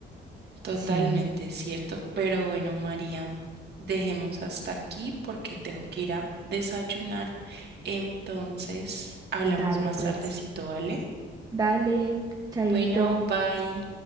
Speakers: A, on the right (about 55°); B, on the right (about 20°).
A: totalmente
B: Sí,
A: cierto. Pero bueno, María, dejemos hasta aquí porque tengo que ir a desayunar. Entonces, hablamos
B: dale
A: más
B: pues,
A: tardecito, ¿vale?
B: dale, chaito.
A: Bueno, bye.